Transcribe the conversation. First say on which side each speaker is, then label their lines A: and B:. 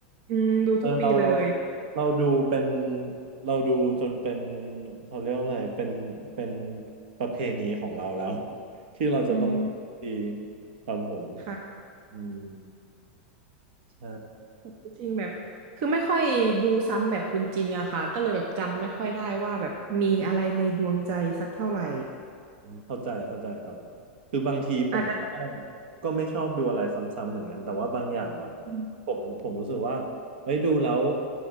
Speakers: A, on the right; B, on the right.
A: อืมดูทุกปีเลย
B: เออเราเราเราดูเป็นเราดูจนเป็นเขาเรียกว่าอะไรเป็นเป็นประเพณีของเราแล้ว <laughs> ที่เราจะต้อง
A: อืม
B: ตีครับผม
A: ค่ะ
B: อืมใช่
A: จริงๆแบบคือไม่ค่อยดูซ้ำแบบคุณจินอะค่ะก็เลยแบบจำไม่ค่อยได้ว่าแบบมีอะไรในดวงใจสักเท่าไหร่
B: อืมเข้าใจเข้าใจครับคือบางทีผมก็
A: อาจจะ
B: ก็ไม่ชอบดูอะไรซ้ำๆเหมือนกันแต่ว่าบางอย่างแบบ
A: อืม
B: ผมผมรู้สึกว่าเอ้ยดูแล้ว